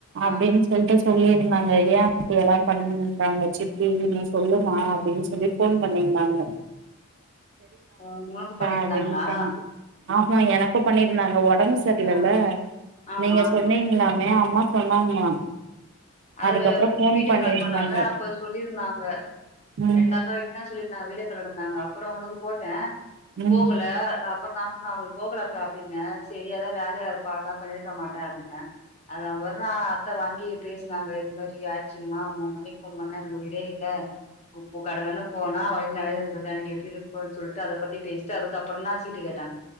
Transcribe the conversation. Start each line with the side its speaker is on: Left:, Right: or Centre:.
Left: ஆ
Right: அப்டின் என்ட்ட சொல்லியிருந்தாங்க ஏ இப்டி எல்லா பண்ணனு இருக்காங்க சித்தி நீ சொல்லுமா அப்டின்னு சொல்லி ஃபோன் பண்ணி இருந்தாங்க
Left: ஓ உங்களுக்கு பண்ணி இருந்தாங்களா
Right: அப்டின்னு சொன்னே ஆமா எனக்கு பண்ணியிருந்தாங்க ஒடம்பு சரில்லல்ல
Left: ஆ ஆமா
Right: நீங்க சொன்னீங்களாமே அம்மா சொன்னாங்களா
Left: அது
Right: அதுக்கப்புறோ ஃபோன்
Left: வீடியோ
Right: பண்ணிருந்தாங்க
Left: கால் பண்ணோல அப்போ சொல்லி இருந்தாங்க
Right: ம்
Left: ரெண்டக்கா இதுதா சொல்லி இருந்தாங்க வீடியோ கால்ல இருந்தாங்க அப்புறோ உனக்கு போட்டே
Right: ம்
Left: போகல அப்புறோ நா சொன்னே அவளுக் போகலக்கா அப்டின்னே செரி எதா வேலையா இருப்பா அதா பண்ணியிருக்க மாட்டா அப்டின்னே அது அவ்ளோதா அத்த வாங்கி பேச் நாங்க இது மாரி ஆய்ச்சுன்னா மூணு மணிக்கு ஃபோன் பண்ணா எனக்கு உயிரே இல்ல உப்பு கடகன்னு போனா வலி நெறைய இருந்தது எனக்கு எப்டி இருக்குனு சொல்ட்டு அத பத்தி பேச்ட்டு அதுக்கப்புறந்தா சீட்டு கேட்டாங்க